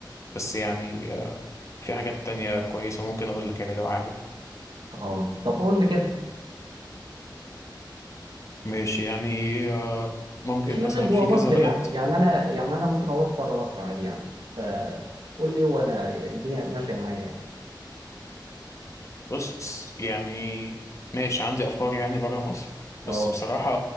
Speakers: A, on the left; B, on the right.
A: بس يعني آه، في حاجات تانية كويسه ممكن اقول لك يعني لو عارف
B: اه طب قول لي كده
A: ماشي يعني آه، ممكن
B: مش لازم
A: مثلا
B: جوه
A: في كذا
B: مصر
A: بلد
B: يعني يعني انا يعني انا ممكن اروح بره مصر عادي يعني فقول لي وانا الدنيا ماشيه معايا يعني
A: بص يعني ماشي عندي افكار يعني بره مصر بس
B: اه
A: بصراحه